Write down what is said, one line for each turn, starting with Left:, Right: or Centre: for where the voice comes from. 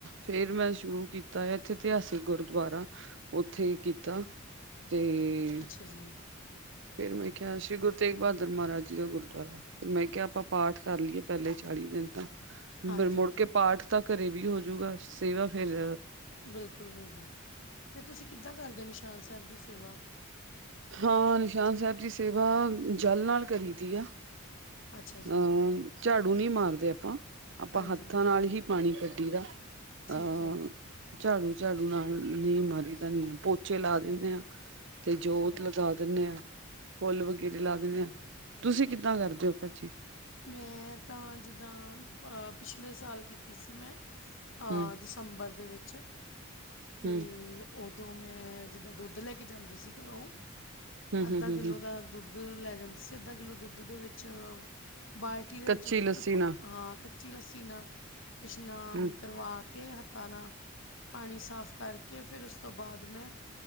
Right: ਫੇ ਰ ਮੈਂ ਸ਼ੁਰੂ ਕੀਤਾ, ਏਥੇ ਇਤਿਹਾਸਿਕ ਗੁਰਦਵਾਰਾ ਓਥੇ ਕੀਤਾ ਤੇ
Left: ਅੱਛਾ ਜੀ
Right: ਫੇਰ ਮੈਂ ਕਿਆ ਸ੍ਰੀ ਗੁਰੂ ਤੇਗ ਬਹਾਦਰ ਮਾਰਾਜ ਜੀ ਦਾ ਗੁਰਦਵਾਰਾ। ਫੇਰ ਮੈਂ ਕਿਆ ਆਪਾਂ ਪਾਠ ਕਰ ਲੀਏ ਪੈਲੇ ਚਾਲੀ ਦਿਨ ਤਾਂ,
Left: ਹਾਂਜੀ
Right: ਫਿਰ ਮੁੜ
Left: ਹਾਂਜੀ
Right: ਕੇ ਪਾਠ ਤਾਂ ਘਰੇ ਵੀ ਹੋਜੂਗਾ, ਸੇਵਾ ਫੇਰ
Left: ਬਿਲਕੁਲ-ਬਿਲਕੁਲ ਤੇ ਤੁਸੀਂ ਕਿੱਦਾਂ ਕਰਦੇ ਨਿਸ਼ਾਨ ਸੈਬ ਦੀ ਸੇਵਾ।
Right: ਹਾਂ ਨਿਸ਼ਾਨ ਸੈਬ ਦੀ ਸੇਵਾ ਜਲ ਨਾਲ ਕਰੀ ਦੀ ਆ।
Left: ਅੱਛਾ ਜੀ
Right: ਊਂ ਝਾੜੂ ਨੀ ਮਾਰਦੇ ਆਪਾਂ। ਆਪਾਂ
Left: ਹਾਂਜੀ
Right: ਹੱਥਾਂ
Left: ਹਾਂਜੀ
Right: ਨਾਲ ਹੀ ਪਾਣੀ ਕੱਢੀ ਦਾ।
Left: ਠੀਕ
Right: ਆ
Left: ਹੈ
Right: ਝਾੜੂ-ਝਾੜੂ ਨਾਲ ਨੀ ਮਾਰੀ ਦਾ ਨੀ ਪੋਚੇ ਲਾ ਦਿੰਨੇ ਆਂ। ਤੇ ਜੋਤ
Left: ਠੀਕ
Right: ਲਗਾ ਦਿੰਨੇ ਆ, ਫੁੱਲ ਵਗੈਰੇ ਲਾ ਦਿੰਨੇ ਆ, ਤੁਸੀਂ ਕਿੱਦਾਂ ਕਰਦੇ ਓ ਭੈ। ਜੀ।
Left: ਮੈਂ ਤਾਂ ਜਿੱਦਾਂ ਅ ਪਿਛਲੇ ਸਾਲ ਕੀਤੀ ਸੀ ਮੈਂ। ਆ
Right: ਹਮ
Left: ਤੰਬਰ ਦੇ ਵਿੱਚ ਤੇ
Right: ਹੂੰ,
Left: ਓਦੋਂ ਮੈਂ ਜਿੱਦਾਂ ਦੁੱਧ ਲੈ ਕੇ ਜਾਂਦੀ ਸੀ ਘਰੋਂ,
Right: ਹੂੰ-ਹੂੰ-ਹੂੰ-ਹੂੰ
Left: ਅੱਧਾ ਕਿੱਲੋ ਦਾ ਦੁੱਧ ਲੈ ਜਾਂਦੀ ਸੀ। ਅੱਧਾ ਕਿੱਲੋ ਦੁੱਧ ਦੇ ਵਿੱਚ ਬਾਲਟੀ ਦੇ
Right: ਕੱਚੀ
Left: ਵਿੱਚ ਦੁੱਧ
Right: ਲੱਸੀ
Left: ਪ
Right: ਨਾਲ
Left: ਅ ਕੱਚੀ ਲੱਸੀ ਨਾ ਇਸ਼ਨਾਨ
Right: ਹੂੰ
Left: ਕਰਵਾ ਕੇ ਹੱਥਾਂ ਨਾ ਪਾਣੀ ਸਾਫ ਕਰਕੇ, ਫੇਰ ਉਸ ਤੋਂ ਬਾਦ ਮੈਂ